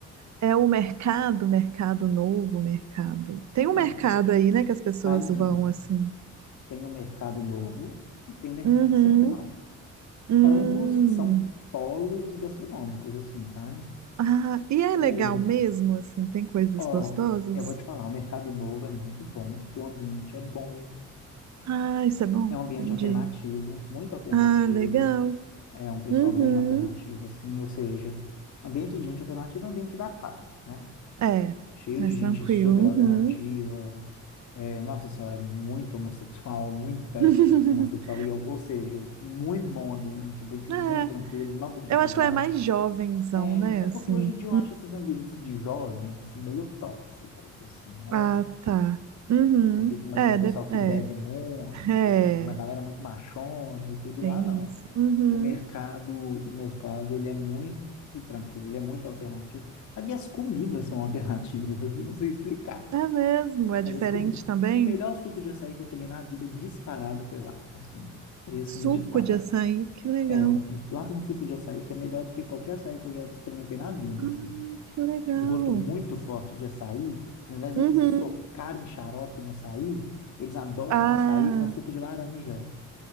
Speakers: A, on the right; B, on the left.
A: É o mercado, mercado novo, mercado. Tem
B: Então,
A: um mercado aí, né, que as pessoas
B: mais de
A: vão
B: um.
A: assim.
B: Tem o Mercado Novo e tem o Mercado
A: Uhum.
B: Central.
A: Hum.
B: Ambos são polos gastronômicos, assim, sabe?
A: Ah, e é
B: O,
A: legal mesmo, assim, tem coisas
B: ó,
A: gostosas?
B: eu vou te falar, o Mercado Novo é muito bom, porque o ambiente é bom,
A: Ah, isso é bom,
B: É um ambiente
A: entendi.
B: alternativo, muito alternativo,
A: Ah, legal.
B: é um pessoal
A: Uhum.
B: bem alternativo, assim, ou seja, ambiente de gente alternativa é ambiente da paz, né?
A: É,
B: Cheio
A: mais
B: de gente
A: tranquilo.
B: super
A: Uhum.
B: alternativa, é, nossa senhora, muito homossexual, <laughs> muita
A: <laughs>
B: homossexual, e eu- ou seja, muito bom ambiente, um ambiente
A: É,
B: muito tranquilo, não tem confusão.
A: eu acho que ela é mais jovenzão,
B: É,
A: né?
B: é porque
A: Assim.
B: hoje em dia eu
A: Hum,
B: acho esses ambientes de jovens meio tóxicos, assim, né?
A: Ah, tá. Uhum.
B: Eu fico imaginando
A: É,
B: o pessoal
A: de-
B: que
A: é,
B: bebe muito,
A: é,
B: uma galera muito machona e tudo
A: tem
B: lá, não.
A: isso. Uhum.
B: O mercado, o mercado, ele é muito tranquilo, ele é muito alternativo. E as comidas são alternativas, <laughs> eu não sei explicar,
A: É mesmo, é
B: mas
A: diferente
B: as comidas.
A: também.
B: O melhor suco de açaí que eu tomei na vida disparado foi lá, assim, foi assim,
A: Suco
B: disparado.
A: de açaí, que legal.
B: É, um, lá tem um suco de açaí que é melhor do que qualquer açaí que eu já experimentei na vida,
A: Ah,
B: assim
A: que legal.
B: um gosto muito forte de açaí, ao invés deles
A: Uhum.
B: socarem xarope no açaí, eles adoçam
A: Ah.
B: o açaí com suco de laranja.